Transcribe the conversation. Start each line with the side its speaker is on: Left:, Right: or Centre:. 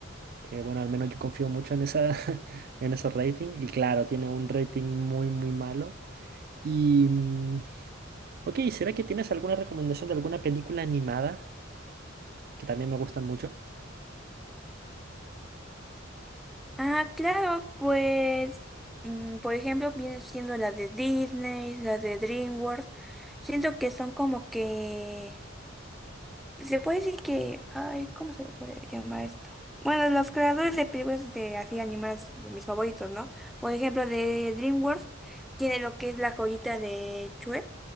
Right: que bueno, al menos yo confío mucho en esa, <laughs> en esos ratings. Y claro, tiene un rating muy, muy malo. Y, mm, ok, ¿será que tienes alguna recomendación de alguna película animada? Que también me gustan mucho.
Centre: Ah, claro, pues, mm, por ejemplo, viene siendo la de Disney, la de DreamWorks. Siento que son como que Se puede decir que, ay, ¿cómo se le puede llamar esto? Bueno, los creadores de películas de así animadas de mis favoritos, ¿no? Por ejemplo, de DreamWorks tiene lo que es la joyita de Chue